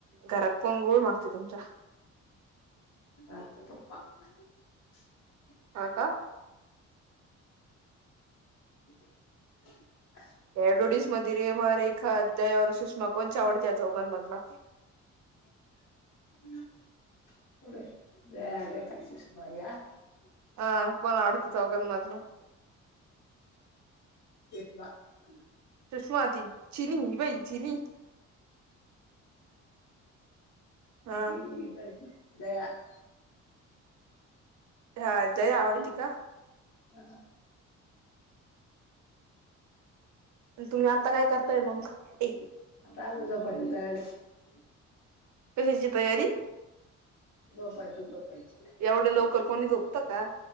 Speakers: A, on the right; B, on the left.
A: घरात कोण कोण असतयं तुमच्या?
B: पात पप <unintelligible>
A: हा, का?
B: <inaudible>
A: एडोडस मध्ये रेमा रेखा जया सुषमा कोणच्या आवडते चौकांमधला <unintelligible> ह <inaudible>
B: हम्. <inaudible> पुढ रेखा कष््या <unintelligible>
A: हा कोण आवडत हो चौघांमधन? -
B: एक म <unintelligible>
A: सुष्मा ती चिनी हो बाई चिनी <unintelligible> हा
B: ज <unintelligible> दया <unintelligible>
A: हा जया आवडती का?
B: ह
A: आणि तुम्ही आता काय करताय मग ए
B: <unintelligible> आल झोपाची तयारी <unintelligible> हम्. <inaudible>
A: कशाची तयारी?
B: झोपायची. झोपायची
A: एवढं लवकर कोणी झोपतं का??